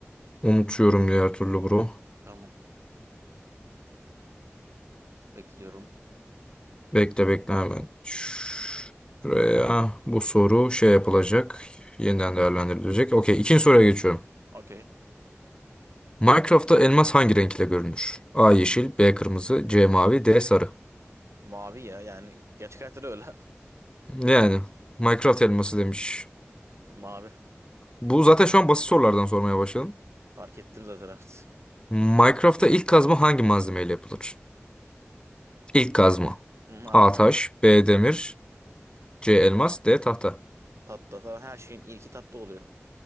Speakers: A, on the left; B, on the right.
A: Unutuyorum diğer türlü bro.
B: Tamam. Bekliyorum.
A: Bekle bekle hemen. Şuraya bu soru şey yapılacak. Yeniden değerlendirilecek. Okey ikinci soruya geçiyorum.
B: Okey.
A: Minecraft'ta elmas hangi renkle görünür? A yeşil, B kırmızı, C mavi, D sarı.
B: Mavi ya yani gerçek hayatta da öyle.
A: Yani Minecraft elması demiş.
B: <laughs> Mavi.
A: Bu zaten şu an basit sorulardan sormaya başladım.
B: Fark ettim zaten evet.
A: Minecraft'ta ilk kazma hangi malzemeyle yapılır? İlk kazma.
B: Hı, anladım.
A: A taş, B demir, C elmas, D tahta.
B: Tatlı. Zaten her şeyin ilki tatlı oluyor.